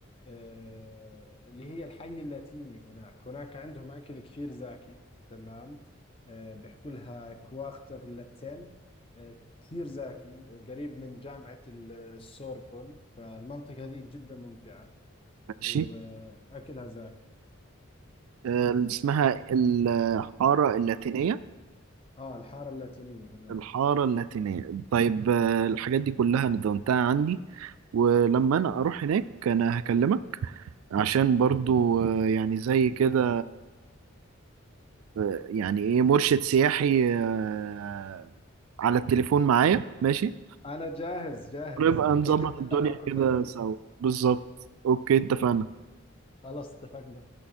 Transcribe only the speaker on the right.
ماشي
آه اسمها الحاره اللاتينيه
الحارة اللاتينية طيب آه، الحاجات دي كلها أنا دونتها عندي ولما أنا أروح هناك أنا هكلمك عشان برضو آه، يعني زي كده آه، يعني إيه مرشد سياحي آه، على التليفون معايا ماشي
ونبقى نظبط
الدنيا
كده
سوا بالظبط أوكي اتفقنا